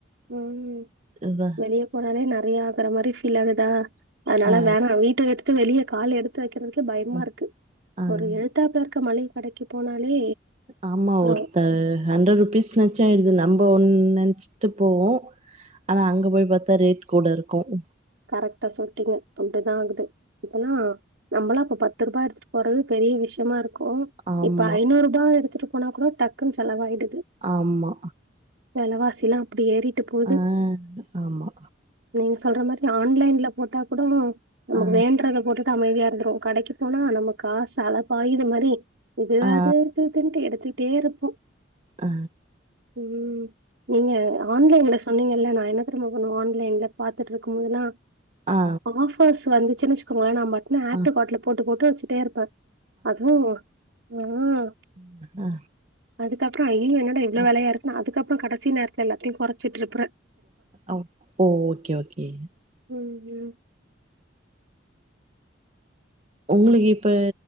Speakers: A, on the right; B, on the right.
A: ம்
B: இதா
A: வெளிய போனாலே நறையா ஆகுற மாரி ஃபீல் ஆகுதா அதனால
B: ஆ
A: வேணா வீட்ட எடுத்து வெளிய கால் எடுத் து வைக்கிறதுக்கே பயமா
B: ஆ
A: இருக்கு
B: ஆ
A: ஒரு எதுத்தாப்பல இருக்க மள்ளிக கடைக்கி போனாலே
B: ஆமா
A: ஆ
B: ஒருத்த ஹண்ட்ரட் ருபீஸ் நென்ச்சி ஆயிடுது நம்போ ஒன் நென்ச்சிட்டு போவோ ஆனா அங்க போய் பாத்தா ரேட் கூட இருக்கும்
A: கரக்ட்டா சொல்லிட்டீங்க அப்டிதா ஆகுது இப்பலா நம்பளா இப்ப பத்து ரூபா எடுத்துட்டு போறது பெரிய விஷியமா இருக்கும்
B: ஆமா
A: இப்ப ஐநூரூபா எடுத்துட்டு போனா கூட டக்குன் செலவாயிடுது
B: ஆமா
A: வெலவாசிலா அப்டி ஏறிட்டு போது
B: ஆ ஆமா
A: நீங்க சொல்ற மாரி நா ஆன்லைன்ல போட்டா கூடோ நமக்கு
B: ஆ
A: வேண்டறத போட்டுட்டு அமைதியா இருந்துருவோ கடைக்கு போனா நம்ம காசு அலப்பாயிது மாரி இது
B: ஆ
A: அது இது இதுன்ட்டு எடுத்துகிட்டே இருப்போ
B: ஆ
A: ம் நீங்க ஆன்லைன்ல சொன்னீங்கல்ல நா என்ன தெரிமா பண்ணுவோ ஆன்லைன்ல பாத்துட்டு இருக் கும்போதுல்லா
B: ஆ
A: ஆபர்ஸ் வந்துச்சின்னு வச்சுக்கோங்கள நா பாட் டுனு ஆட்
B: ஆ
A: டூ காட்ல போட்டு போட்டு வச்சிட்டே இருப்ப அதுவும் ம்
B: ம் ஆ
A: அதுக்கப்புற ஐய்யயோ என்னாட இவ்ளோ
B: ஆ
A: வெலையா இருக்குனு அதுக்கப்புற கடைசி நேரத்துல எல்லாத்தையும் கொறச்சிட்டு இருப்புற
B: ஓ ஓகே ஓகே
A: ம் ம்
B: உங்களுக்கு இப்ப